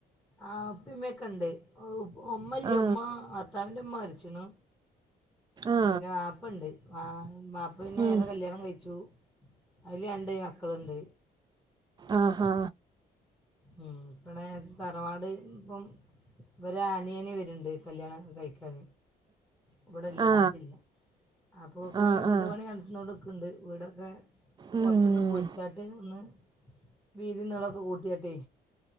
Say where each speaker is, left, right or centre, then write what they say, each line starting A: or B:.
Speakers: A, in the centre; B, on the right (about 25°).
A: ആഹ് ഉപ്പിമ്മയൊക്കെണ്ട് ഉമ്മല്ല
B: ആ
A: ഉമ്മ ഭർത്താവിന്റെമ്മ മരിച്ചിണു.
B: ആ
A: പിന്നെ വാപ്പണ്ട് വാപ്പ പിന്നെ
B: ഉം.
A: വേറെ കല്യാണം കഴിച്ചു. അയ്ലണ്ട് മക്കള്ണ്ട്.
B: ആഹ് ഹാ
A: ഉം വിടേ തറവാട് ഇപ്പം ഇവരെ ആനിയന് വരുണ്ട് കല്യാണം കഴിക്കാൻ ഇവിടെല്ലനാട്ടില്ല
B: ആ
A: അപ്പോക്കെ
B: ആ
A: വിട്
B: ആ
A: പണി നടത്തുന്നൊണ്ട് ണ്ട് വീടൊക്കെ
B: ഉം.
A: കൊറച്ചൊന്ന് പൊളിച്ചാട്ട് ഒന്ന് വീതി നിളൊക്കെ കൂട്ടിയട്ടെ